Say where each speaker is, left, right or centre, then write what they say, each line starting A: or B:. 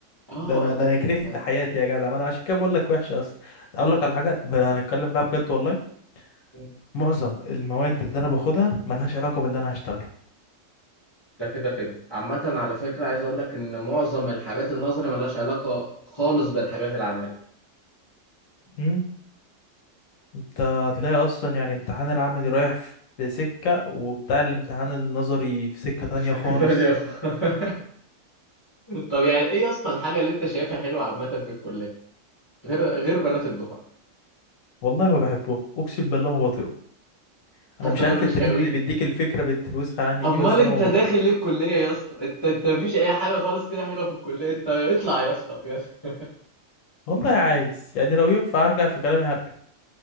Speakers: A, on the left (about 25°); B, on the left (about 85°).
A: اه
B: ده انا ده
A: ده
B: انا كرهت
A: ده
B: حياتي يا جدع ما انا عشان كده بقول لك وحشه اصلا اقول لك على حاجه ب- هنتكلم بقى بجد والله
A: <laughs>
B: معظم المواد اللي انا باخدها ملهاش علاقة باللي انا هشتغله
A: ده كده كده عامة على فكرة عايز أقول لك إن معظم الحاجات النظري ملهاش علاقة خالص بالحاجات العملي
B: امم انت هتلاقي اصلا يعني امتحان العملي رايح في في سكة وبتاع الامتحان النظري في سكة
A: <laughs>
B: تانية
A: سكة
B: خالص
A: تانية خالص. طب يعني إيه يا اسطى الحاجة اللي أنت شايفها حلوة عامة في الكلية غير غير بنات الدفعة
B: والله ما بحبه اقسم بالله ما بطيقه انا
A: حتى
B: مش
A: دول
B: عارف
A: مش
B: التمييز
A: حلوين
B: اللي بيديك الفكرة بت- الوسخة عني
A: أمال
B: دي بس
A: أنت
B: انا ما
A: داخل
B: بطيقه
A: ليه الكلية يا اسطى أنت أنت مفيش أي حاجة خالص كده حلوة في الكلية أنت اطلع يا اسطى بجد.
B: والله عايز يعني لو ينفع هرجع في كلامي هرجع